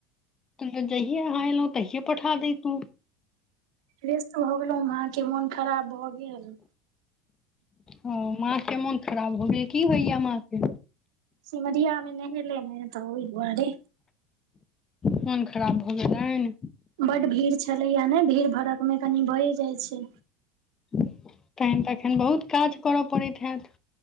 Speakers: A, on the left (about 20°); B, on the right (about 85°).
A: त जहिये अहाँ एलहुँ तहिये पठा देैतू
B: रेस्त भ गेलहु अहाँके मोन खराब भ गेल
A: ह माँ के मोन खराब भगेल की होइया माँ के
B: सिमरिया में नहेलै ने तऽ ओहि दुआरे
A: मोन खराब भऽ गेलैनि
B: बड भीड़ छलैया ने भीड़ भड़क मे कनि भय जाइ छै
A: तहन तऽ एखन बहुत काज करय पड़ैत हैत